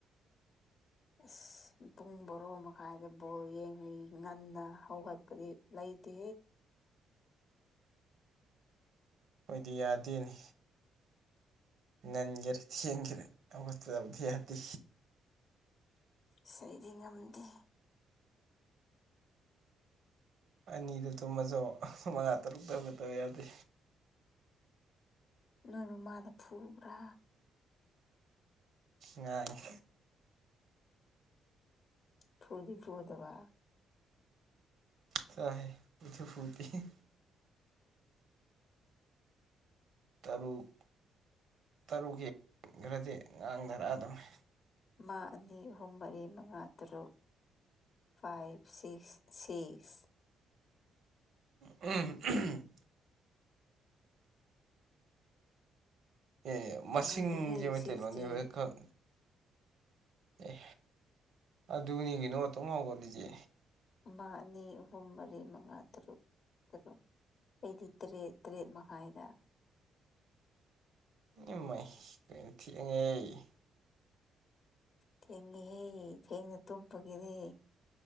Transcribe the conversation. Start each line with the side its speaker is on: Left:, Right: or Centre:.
Left: ꯑꯁ ꯄꯨꯡ ꯕꯣꯔꯣ ꯃꯈꯥꯏꯗ ꯕꯣꯜ ꯌꯦꯡꯉꯩ ꯉꯟꯅ ꯍꯧꯒꯠꯄꯗꯤ ꯂꯩ ꯇꯦ
Right: ꯈꯣꯏꯗꯤ ꯌꯥꯗꯦꯅꯦ ꯉꯟꯒꯦꯔ ꯊꯦꯡꯒꯦꯔ ꯍꯧꯒꯠꯇꯕꯗꯤ ꯌꯥꯗꯦ
Left: ꯁꯤꯗꯤ ꯉꯝꯗꯦ
Right: ꯑꯅꯤꯗ ꯇꯨꯝꯃꯁꯨ ꯃꯉꯥ ꯇꯔꯨꯛ ꯇꯧꯒꯗꯕ ꯌꯥꯗꯦ
Left: ꯅꯣꯏꯕꯨ ꯃꯥꯗ ꯐꯨꯕ꯭ꯔꯥ
Right: ꯉꯥꯡꯅꯤ
Left: ꯐꯨꯗꯤ ꯐꯨꯗꯕ
Right: ꯆꯂꯣꯍꯦ ꯐꯨꯗꯤ ꯐꯨꯗꯧ ꯇꯔꯨꯛ ꯇꯔꯨꯛ ꯍꯈ꯭ꯔꯗꯤ ꯉꯥꯡꯊꯔꯛꯑꯗꯧꯅꯦ
Left: ꯑꯃ ꯑꯅꯤ ꯑꯍꯨꯝ ꯃꯔꯤ ꯃꯉꯥ ꯇꯔꯨꯛ ꯐꯥꯏꯞ ꯁꯤꯛꯁ ꯁꯤꯁ
Right: ꯎꯝ ꯑꯦ ꯃꯁꯤꯡꯁꯦ
Left: ꯉꯜꯂꯤꯍꯦ
Right: ꯃꯩꯇꯩꯂꯣꯟꯗꯤ
Left: ꯁꯤꯛꯁꯇꯤ
Right: ꯍꯧꯖꯤꯛ ꯈꯛ ꯑꯦ ꯑꯗꯨꯅꯤ ꯀꯩꯅꯣ ꯇꯨꯍꯧꯥꯎꯒꯠꯂꯤꯁꯦ
Left: ꯑꯃ ꯑꯅꯤ ꯑꯍꯨꯝ ꯃꯔꯤ ꯃꯉꯥ ꯇꯔꯨꯛ ꯇꯔꯨꯛ ꯑꯩꯗꯤ ꯇꯔꯦꯠ ꯇꯔꯦꯠ ꯃꯈꯥꯏꯗ
Right: ꯏꯃꯩꯏ ꯀꯩꯅꯣ ꯊꯦꯡꯉꯦꯍꯦ
Left: ꯊꯦꯡꯉꯦꯍꯦ ꯊꯦꯡꯅ ꯇꯨꯝꯄꯒꯤꯅꯤ